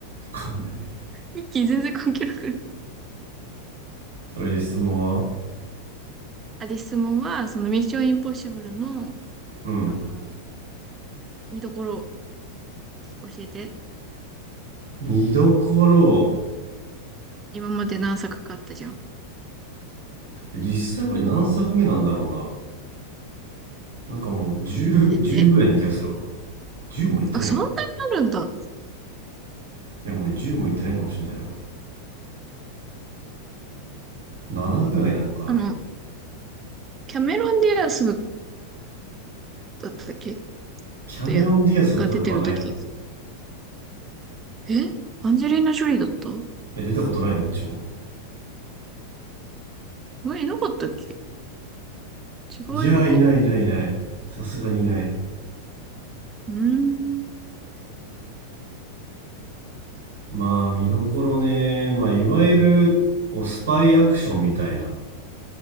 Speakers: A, on the right; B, on the right.
A: かんない。
B: ミッキー全然関係なくない。
A: それで質問は
B: あ、で、質問は、そのミッションインポッシブルの、
A: うん。
B: あの、見どころ教えて。
A: 見どころ。
B: 今まで何作かあったじゃん。
A: 実際これ何作目なんだろうな。なんかもう10、
B: 教えて。
A: 10ぐらいな気がするわ。10もいってないか。
B: あ、そんなになるんだ。
A: いや、ごめん、10もいってないかもしれないよ。7ぐらいなんかな、
B: あの、
A: 今。
B: キャメロン・ディアスだったっけ
A: キャメロン・
B: とや、
A: ディアスが出たことはないだろ。
B: が出てるとき。
A: い
B: えアンジェリーナ・ジョリーだった
A: や、出たことないよ、どっちも。
B: え、いなかったっけ違う映画か。
A: いや、いないいないいない。さすがにいない。
B: うーん、
A: まあ、見どころね。まあ、いわゆる、こう、スパイアクションみたいな